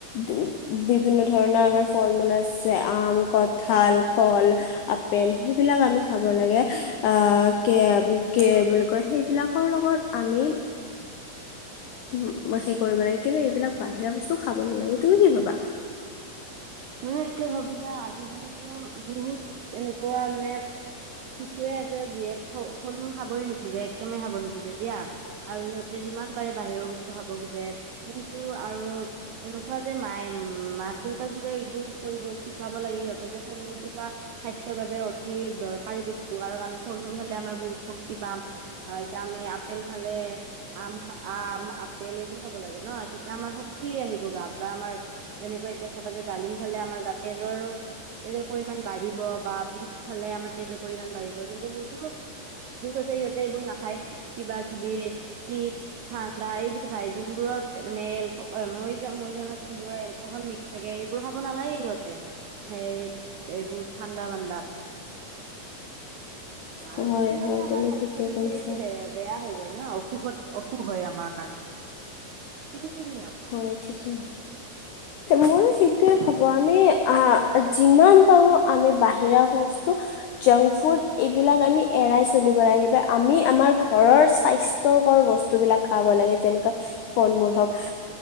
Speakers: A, on the left; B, on the right.
A: তো বিভিন্ন ধৰণৰ আমাৰ ফল মূল আছে আম, কঁঠাল, কল আপেল সেইবিলাক আমি খাব লাগে, আহ কে, কে কি বুলি কয় সেইবিলাকৰ লগত আমি উ সেই কৰিব লাগে কিন্তু এইবিলাক বাহিৰা বস্তু খাব নালাগে তুমি কি ভাবা?
B: মই এইটোয়ে ভাবো যে আজিকালিতো বহুত এনেকুৱা মানে শিশুৱে আছে যিয়ে ফ ফল-মূল খাবই নোখোজে একদমেই খাব নোখোজে দিয়া- আৰু সিহঁতে যিমান পাৰে বাহিৰৰ বস্তু খাব খোজে, কিন্তু আৰু এনেকুৱা যে মায়ে মাক-দেউতাক লৈ এইবোৰ কৰিব শিকাব লাগে সিহঁতক দেখোন কিবা- স্বাস্থ্যৰ বাবে অতি দৰকাৰী বস্তু কাৰণ আমি ফল-মূল খালে আমাৰ বহুত শক্তি পাম, আৰু এতিয়া আমি আপেল খালে আম খা আম, আপেল এইবোৰ খাব লাগে ন, তেতিয়া আমাৰ শক্তি আহিব গাত বা আমাৰ যেনেকে এতিয়া চাবা যে ডালিম খালে আমাৰ গা তেজৰ তেজৰ পৰিমাণ বাঢ়িব বা বিত খালে আমাৰ তেজৰ পৰিমাণ বাঢ়িব কিন্তু <unintelligible> সি ক‌ইছে সিহঁতে এইবোৰ নাখায়, কিবা-কিবি চিপছ ঠাণ্ডা এইবোৰ খাই যোনবোৰত মানে এল মই জা মই জানা যোনবোৰ এলকহল মিক্স থাকে সেইবোৰ খাব নালাগে সিহঁতে, সে এইবোৰ ঠাণ্ডা-বান্দা। আৰু
A: হয়
B: সেইটো ভাবে
A: হয়
B: আমাৰ
A: তুমি
B: স্বাস্থ্য
A: ঠিকে
B: বিশলৈকে
A: কৈছা
B: বেঢ়ে বেয়া হৈ যায় ন' অসুখত অসুখ হয় আমাৰ। তুমি কি বুলি ভাবা?
A: হয় ঠিকেই।
B: <inaudible>
A: ময়ো সেইটোয়ে ভাবো- আমি আহ যিমান পাৰো আমি বাহিৰা বস্তু জাংক ফুড এইবিলাক আমি এৰাই চলিব লাগে বা আমি আমাৰ ঘৰৰ স্বাস্থ- তৰ্কৰ বস্তুবিলাক খাব লাগে যেনেকৈ- ফল-মূল হওঁক,